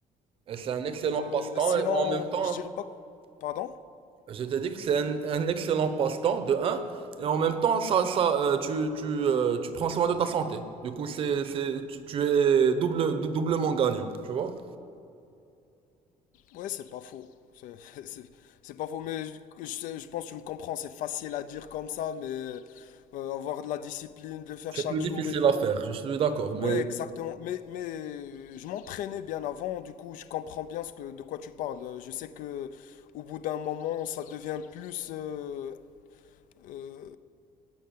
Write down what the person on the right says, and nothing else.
Et c'est un excellent
passe-temps
et en même temps.
Je t'ai dit que c'est un, un excellent passe-temps, de un, et en même temps, ça, ça, euh, tu, tu, euh, tu prends soin de ta santé. Du coup, c'est, c'est, tu, tu es double, dou- doublement gagnant, tu vois?
C'est
plus difficile
à faire, je suis d'accord, mais